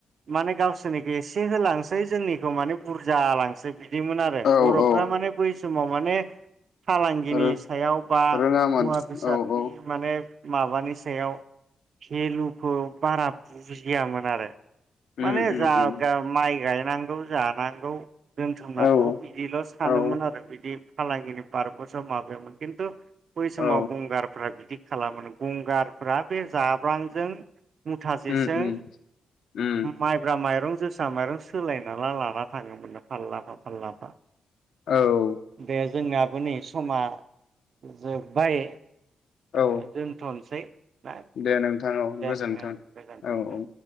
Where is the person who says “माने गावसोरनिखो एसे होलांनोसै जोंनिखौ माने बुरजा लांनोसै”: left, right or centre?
Right